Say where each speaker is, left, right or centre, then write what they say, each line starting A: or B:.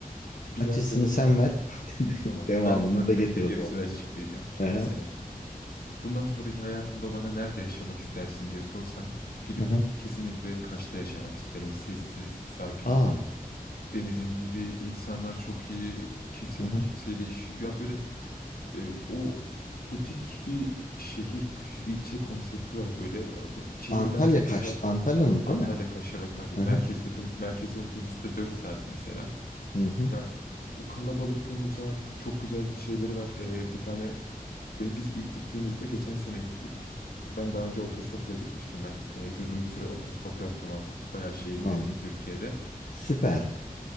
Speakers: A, on the left; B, on the left.
A: bir
B: Açısını
A: yerde
B: sen ver. <laughs> De- de-
A: tamam
B: Devamını
A: ben sana
B: da
A: tek
B: getir
A: tek
B: o
A: hepsini
B: zaman.
A: açıklayacağım. Şimdi
B: Aha.
A: mesela bundan sonraki hayatımda bana nerede yaşamak istersin diye sorsan gidip
B: Aha.
A: kesinlikle Kaş'ta yaşamak isterim. Sessiz, sakin,
B: Aa.
A: denizin dibi, insanlar çok iyi, kimsenin
B: Hı
A: kimseyle işi. Ya böyle E, o butik bir şehir ilçe konsepti var böyle. Şehirden
B: Antalya
A: çok
B: Kaş.
A: uzak
B: Antalya'nız
A: Antalya
B: değil mi?
A: Kaşyabet abi
B: Aha.
A: merkezde dört merkeze otobüsle 4 saat mesela.
B: hı. Hı hı.
A: Ya o kalabalıktan uzak çok güzel şeyleri var. E, bir tane de biz ilk gittiğimizde geçen sene gittik. Ben daha önce otostopla gitmiştim ben. E, uzun bir süre otostop yaptım abi. Bayağı şehir gezdim
B: Aa.
A: Türkiye'de.
B: Süper.
A: Aha.